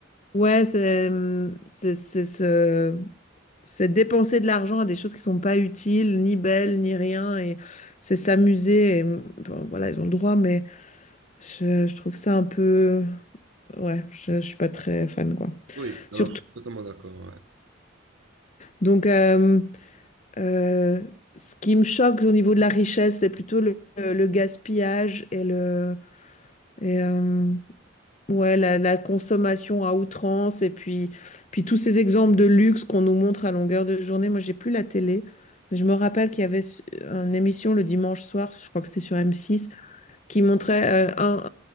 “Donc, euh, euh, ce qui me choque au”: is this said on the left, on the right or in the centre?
Left